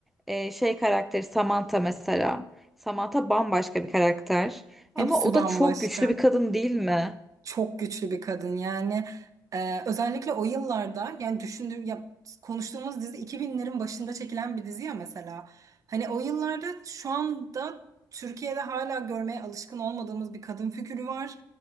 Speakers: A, in the centre; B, on the right (about 45°).
A: e, şey karakteri Samantha mesela. Samantha bambaşka bir karakter.
B: Hepsi
A: Ama o
B: bambaşka.
A: da çok güçlü bir kadın değil mi?
B: Çok güçlü bir kadın yani Ee, özellikle o yıllarda yani düşündüğüm ya konuştuğumuz dizi 2000'lerin başında çekilen bir dizi ya mesela hani o yıllarda şu anda Türkiye'de hala görmeye alışkın olmadığımız bir kadın figürü var